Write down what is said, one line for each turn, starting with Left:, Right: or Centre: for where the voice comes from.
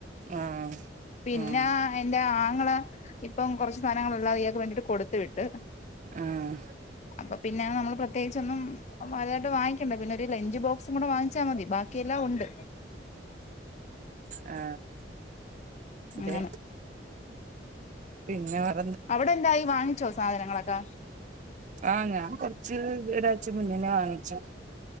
Right: ആഹ്
Left: പിന്നെ
Right: ആഹ്
Left: എന്റെ ആങ്ങള ഇപ്പം കൊറച്ച് സാധനങ്ങളെല്ലാം ഇയാക്ക് വേണ്ടിട്ട് കൊടുത്ത് വിട്ട്
Right: ആഹ്
Left: അപ്പ പിന്നെ നമ്മൾ പ്രത്യേകിച്ചന്നും വാങ്ങിക്കണ്ട പിന്നെരു ലഞ്ച് ബോക്സും കൂടെവാങ്ങ ച്ചാ മതി ബാക്കിയെല്ലാം ഒണ്ട്
Right: ആ
Left: അങ്ങനെ
Right: തെ പിന്നവർ
Left: അവിടെയെന്തായി വാങ്ങിച്ചോ സാധനങ്ങളൊക്കെ
Right: ആ ഞാൻ കൊറച്ച് ഒരാഴ്ച മുന്നെ ഞാൻ വാങ്ങിച്ചു